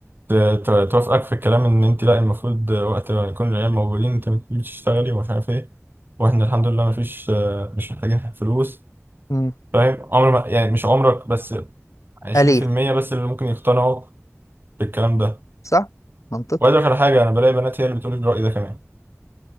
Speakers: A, on the right; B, on the left.
A: ت- ت- توافقك في الكلام ان انت لا المفروض وقت ما يكون العيال موجودين انت المفروض تشتغلي ومش عارف ايه واحنا الحمد لله مفيش آه، مش محتاجين فلوس
B: مم.
A: فاهم عمر ما يعني مش عمرك بس 20%
B: قليل
A: بس اللي ممكن يقتنعوا بالكلام ده
B: صح منطقي
A: وعايز اقول لك على حاجه انا بلاقي بنات هي اللي بتقول الرأي ده كمان